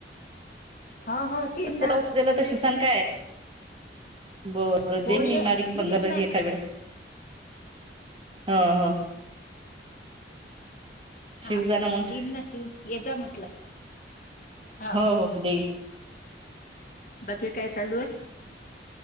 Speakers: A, on the left; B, on the right.
A: हा हो शिन ना
B: स गेलं तर शिवसान काय! बर बरं
A: हो
B: देन
A: ये
B: मी मारीक
A: शिवीन
B: पण झाला
A: ना
B: की एका वेळ हो हो
A: हा
B: शिवजा ना मग
A: दिन न शिवून येचा म्हटलं. हा
B: हो हो देईन
A: बाकी काय चालू आहे.